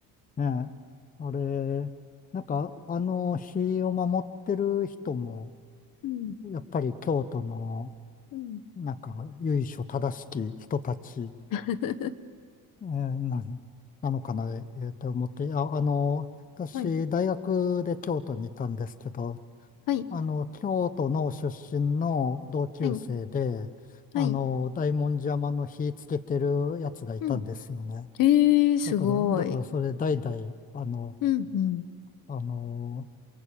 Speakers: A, on the left; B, on the left.
A: え。あれ、なんか、あの、日を守ってる人も、
B: うん。
A: やっぱり京都の、
B: うん。
A: なんか、由緒正しき人たち、
B: <laughs>
A: えーなん、なのかな、えーって思って、あ、あの、私、
B: はい。
A: 大学で京都にいたんですけど、
B: はい、
A: あの、京都の出身の同級生で、
B: はい、
A: あの、
B: はい。
A: 大文字山の火つけてるやつがいたんですよね。
B: うん。ええー、すごい。
A: だから、だからそれ代々、あの、
B: うん、うん。
A: あの、